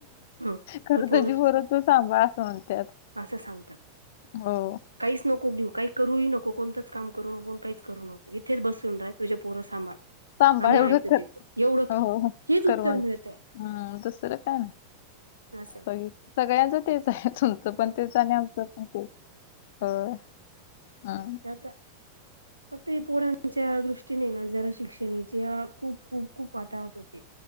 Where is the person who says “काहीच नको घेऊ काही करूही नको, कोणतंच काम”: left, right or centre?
Right